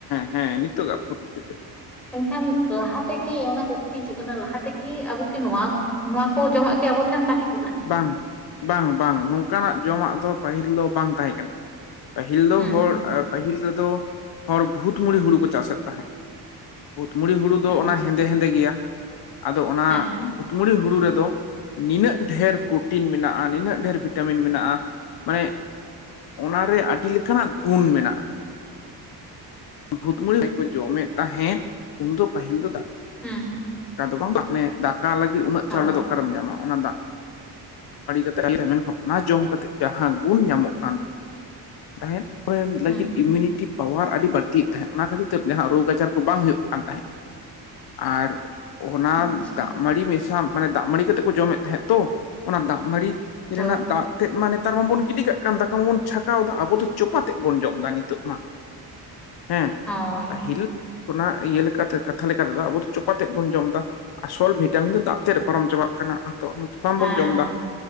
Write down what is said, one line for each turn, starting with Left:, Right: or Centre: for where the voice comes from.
Left: ᱦᱮᱸ ᱱᱤᱛᱚᱜᱟᱜ ᱯᱚᱨᱤᱥᱛᱷᱤᱛᱤ ᱨᱮ
Centre: ᱠᱷᱟᱱ ᱞᱟᱦᱟ ᱞᱟᱦᱟ ᱛᱮᱠᱤ ᱚᱱᱟ ᱠᱩᱠᱛᱤ ᱦᱤᱡᱩᱜ ᱠᱟᱱᱟ ᱞᱟᱦᱟᱛᱮᱠᱤ ᱟᱵᱚ ᱠᱤ ᱱᱚᱣᱟ ᱱᱚᱣᱟ ᱠᱚ ᱡᱚᱢᱟᱜ ᱠᱤ ᱟᱵᱚᱴᱷᱮᱱ ᱛᱟᱦᱮᱸ ᱠᱟᱱᱟ
Left: ᱵᱟᱝ ᱵᱟᱝ ᱵᱟᱝ ᱱᱚᱝᱠᱟᱱᱟᱜ ᱡᱚᱢᱟᱜ ᱫᱚ ᱯᱟᱹᱦᱤᱞ ᱫᱚ ᱵᱟᱝ ᱛᱟᱦᱮᱸ ᱠᱟᱱᱟ ᱯᱟᱹᱦᱤᱞ ᱫᱚ
Centre: ᱦᱮᱸ
Left: ᱦᱚᱲ ᱯᱟᱹᱦᱤᱞ ᱨᱮᱫᱚ ᱦᱚᱲ ᱵᱷᱩᱛᱢᱩᱲᱤ ᱦᱩᱲᱩ ᱠᱚ ᱪᱟᱥᱮᱫ ᱛᱟᱦᱮᱸᱫ ᱵᱷᱩᱛᱢᱩᱲᱤ ᱦᱩᱲᱩ ᱫᱚ
Centre: ᱟᱪᱪᱷᱟ
Left: ᱚᱱᱟ ᱦᱮᱸᱫᱮ ᱦᱮᱸᱫᱮ ᱜᱮᱭᱟ ᱟᱫᱚ ᱚᱱᱟ
Centre: ᱦᱮᱸ
Left: ᱵᱷᱩᱛ ᱵᱷᱩᱴᱢᱲᱤ <unintelligible> ᱦᱩᱲᱩ ᱨᱮᱫᱚ ᱱᱤᱱᱟᱹᱜ ᱰᱷᱮᱨ ᱯᱨᱳᱚᱴᱤᱱ ᱢᱮᱱᱟᱜᱼᱟ ᱱᱤᱱᱟᱹᱜ ᱰᱷᱮᱨ ᱵᱷᱤᱴᱟᱢᱤᱱ ᱢᱮᱱᱟᱜᱼᱟ ᱢᱟᱱᱮ ᱚᱱᱟᱨᱮ ᱟᱹᱰᱤ ᱞᱮᱠᱟᱱᱟᱜ ᱜᱩᱱ ᱢᱮᱱᱟᱜᱼᱟ ᱾ ᱵᱷᱩᱛᱢᱩᱲᱤ ᱪᱟᱣᱞᱮᱠᱚ ᱡᱚᱢᱮᱫ ᱛᱟᱦᱮᱸᱫ ᱩᱱᱫᱚ ᱯᱟᱹᱦᱤᱞ ᱫᱚ ᱫᱟ <unintelligible>
Centre: ᱦᱮᱸ
Left: ᱫᱟᱠᱟ ᱫᱚ ᱵᱟᱝ ᱢᱟᱱᱮ ᱫᱟᱠᱟ ᱞᱟᱹᱜᱤᱫ ᱩᱱᱟᱹᱜ
Centre: ᱦᱳᱭ
Left: ᱪᱟᱣᱞᱮ ᱫᱚ ᱚᱠᱮᱢ ᱧᱟᱢᱟ ᱚᱱᱟ ᱫᱚ ᱫᱟᱜᱢᱟᱰᱤ ᱠᱟᱛᱮ ᱢᱮᱱᱠᱷᱟᱱ ᱚᱱᱟ ᱡᱚᱢ ᱠᱟᱛᱮ ᱡᱟᱦᱟᱸ ᱜᱩᱱ ᱧᱟᱢᱚᱜ ᱠᱟᱱ ᱛᱟᱦᱮᱸ ᱛᱟᱦᱮᱫ ᱚᱱᱟ
Centre: ᱦᱮᱸ
Left: ᱞᱟᱹᱜᱤᱫ ᱤᱭᱩᱢᱤᱱᱤᱴᱤ ᱯᱟᱣᱟᱨ ᱟᱹᱰᱤ ᱵᱟᱹᱲᱛᱤᱜ ᱛᱟᱦᱮᱸᱜ ᱚᱱᱟ ᱠᱷᱟᱹᱛᱤᱨ ᱛᱮ ᱡᱟᱦᱟᱸ ᱨᱳᱜᱽ ᱟᱡᱟᱨ ᱠᱚ ᱵᱟᱝ ᱦᱩᱭᱩᱜ ᱠᱟᱱ ᱛᱟᱦᱮᱸᱫ ᱾ ᱟᱨ ᱚᱱᱟ
Centre: ᱟᱪᱪᱷᱟ
Left: ᱫᱟᱜ ᱢᱟᱹᱲᱤ ᱢᱮᱥᱟ ᱢᱟᱱᱮ ᱫᱟᱜ ᱢᱟᱹᱲᱤ ᱠᱟᱛᱮᱜ ᱠᱚ ᱡᱚᱢᱮᱫ ᱛᱟᱦᱮᱸᱫ ᱛᱚ ᱚᱱᱟ ᱫᱟᱜ ᱢᱟᱹᱲᱤ ᱾
Centre: ᱦᱳᱭ
Left: ᱨᱮᱱᱟᱜ ᱫᱟᱜ ᱛᱮᱫ ᱢᱟ ᱱᱮᱛᱟᱨ ᱢᱟᱵᱚᱱ ᱜᱤᱰᱤ ᱠᱟᱜ ᱠᱟᱱ ᱫᱟᱠᱟ ᱢᱟᱵᱚᱱ ᱪᱷᱟᱠᱟ ᱠᱟᱣᱫᱟ ᱟᱵᱚ ᱫᱚ ᱪᱚᱯᱟ ᱛᱜ ᱵᱚᱱ ᱡᱚᱢ ᱮᱫᱟ ᱱᱤᱛᱚᱜ ᱢᱟ ᱦᱮᱸ
Centre: ᱦᱳᱭ
Left: ᱯᱟᱹᱦᱤᱞ ᱚᱱᱟ ᱤᱭᱟᱹ ᱞᱮᱠᱟᱛᱮ ᱠᱟᱛᱷᱟ ᱞᱮᱠᱟ ᱛᱮᱫᱚ ᱟᱵᱚ ᱫᱚ ᱪᱚᱯᱟ ᱛᱮᱫ ᱵᱚᱱ ᱡᱚᱢ ᱮᱫᱟ ᱾ ᱟᱥᱚᱞ ᱵᱷᱤᱴᱟᱢᱤᱱ ᱫᱚ ᱫᱟᱜ ᱛᱮ ᱨᱮ ᱯᱟᱨᱚᱢ ᱪᱟᱵᱟᱜ ᱠᱟᱱᱟ ᱟᱫᱚ ᱵᱟᱝᱵᱚᱱ
Centre: ᱦᱮᱸ
Left: ᱡᱚᱢ ᱮᱫᱟ